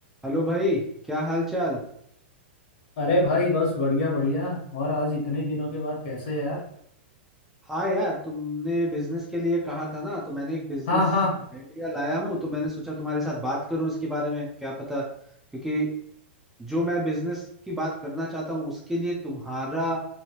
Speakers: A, in the centre; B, on the left (about 55°).
A: Hello भाई क्या हाल चाल
B: अरे भाई बस बढ़िया बढ़िया और आज इतने दिनों के बाद कैसे है यार
A: हाँ यार तुमने बिजनेस के लिए कहा था ना तो मैंने एक बिजनेस
B: हाँ हाँ
A: आइडिया लाया हूँ तो मैंने सोचा तुम्हारे साथ बात करूँ इसके बारे में क्या पता क्योंकि जो मैं बिजनेस की बात करना चाहता हूँ उसके लिए तुम्हारा